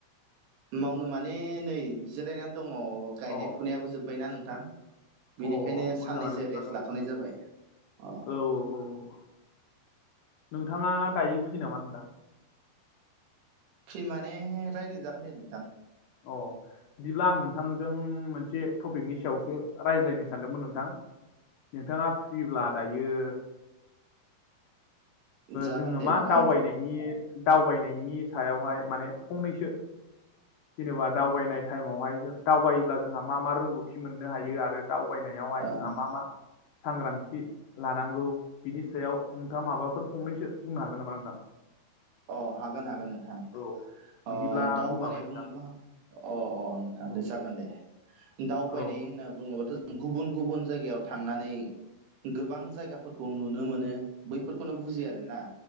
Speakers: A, on the right; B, on the left.
A: मावनो माने नै जिरायनानै दङ गायनाय
B: अ
A: फुनायाबो जोब्बायना नोंथां बेनिखायनो
B: अ मोजाङानो
A: साननैसो
B: बिदिबाथ'
A: रेस्ट
B: औ
A: लाथ'नाय जाबाय अ
B: औ औ औ नोंथाङा दायो फ्रि नामा नोंदां
A: फ्रि माने रायज्लायजागोन दे नोंथां।
B: अ बिदिब्ला आं नोंथांजों मोनसे टपिकनि सायावसो रायज्लायनो सानदोंमोन नोंथां नोंथाङा फ्रिब्ला दायो
A: जागोन
B: जोङो
A: दे
B: मा
A: नोंथां
B: दावबायनायनि दावबायनायनि सायावहाय माने फंनैसो जेनेबा दावबायनाय टाइमावहाय जों दावबायोब्ला जोंहा मा-मा रोंगौथि मोननो हायो आरो दावबायनायावहाय
A: ओ
B: जोंहा मा-मा सांग्रांथि लानांगौ बिनि सायाव नोंथाङा माबाफोर फंनैसो बुंनो हागोन नामा नोंथां।
A: अ हागोन-हागोन नोंथां
B: औ
A: अ
B: बिदिब्ला
A: दावबायनाय
B: बुंलांलाय नोंथां
A: बुङोबा अ-अ नोंथां
B: औ
A: दे जागोन दे। दावबायनाय
B: औ
A: होनना बुङोबाथ' गुबुन-गुबुन जायगायाव थांनानै गोबां जायगाफोर खौ नुनो मोनो बैफोरखौनो बुजियो आरोना